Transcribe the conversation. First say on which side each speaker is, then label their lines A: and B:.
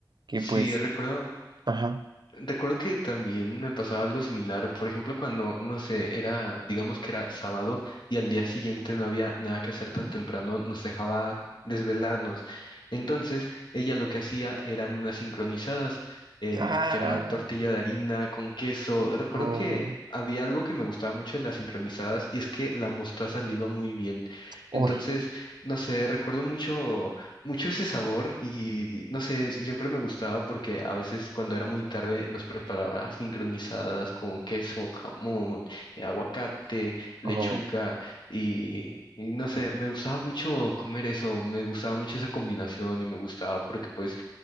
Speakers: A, on the right; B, on the left.
A: que
B: Sí,
A: pues,
B: recuerdo,
A: ajá.
B: recuerdo que también me pasaba algo similar. Por ejemplo, cuando, no sé, era, digamos que era sábado y al día siguiente no había nada que hacer tan temprano, nos dejaba desvelarnos. Entonces, ella lo que hacía eran unas sincronizadas, em,
A: Ah,
B: que era tortilla de harina con queso. Recuerdo
A: no,
B: que había algo que me gustaba mucho de las sincronizadas y es que la mostaza le iba muy bien.
A: hora.
B: Entonces, no sé, recuerdo mucho mucho ese sabor y no sé, siempre me gustaba porque a veces cuando era muy tarde nos preparaba sincronizadas con queso, jamón, eh, aguacate, lechuga
A: Oh,
B: y, y no sé, me gustaba mucho comer eso, me gustaba mucho esa combinación y me gustaba porque pues